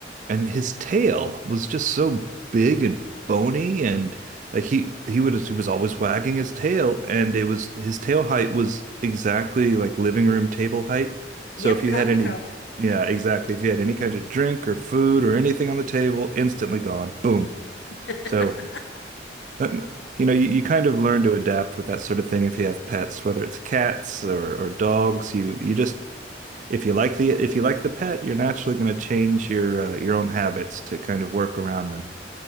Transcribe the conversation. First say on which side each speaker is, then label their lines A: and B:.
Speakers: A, on the right; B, on the left.
A: and his tail was just so big and bony and like he he would he was always wagging his tail and it was his tail height was exactly like living room table height.
B: Yep,
A: So if you
B: coffee
A: had any
B: cup.
A: yeah, exactly. If you had any kind of drink or food or anything on the table, instantly gone. Boom.
B: <laughs>
A: So that- you know, you, you kind of learn to adapt with that sort of thing if you have pets, whether it's cats or, or dogs, you you just if you like the if you like the pet, you're naturally going to change your uh, your own habits to kind of work around